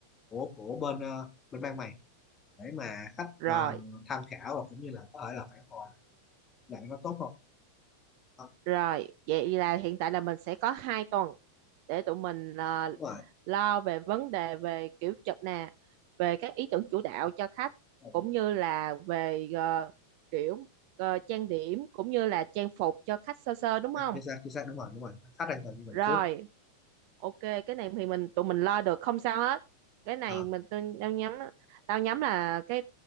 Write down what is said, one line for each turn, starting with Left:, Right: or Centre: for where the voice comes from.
Left: của của bên ờ, bên ban mày để mà khách
Right: rồi.
Left: ờ, tham khảo và cũng như là có thể là phản hồi lại nó tốt không Ờ,
Right: Rồi, vậy là hiện tại là mình sẽ có hai tuần để tụi mình à,
Left: đúng rồi
Right: lo về vấn đề về kiểu chụp nè, về các ý tưởng chủ đạo cho khách
Left: Ừ,
Right: cũng như là về ờ, kiểu ờ, trang điểm cũng như là trang phục cho khách sơ sơ đúng
Left: à,
Right: không?
Left: chính xác chính xác đúng rồi đúng rồi khách đang cần như vậy
Right: rồi
Left: trước
Right: ok cái này thì mình tụi mình lo được không sao hết cái này
Left: Ờ.
Right: mình tôi tao nhắm tao nhắm là cái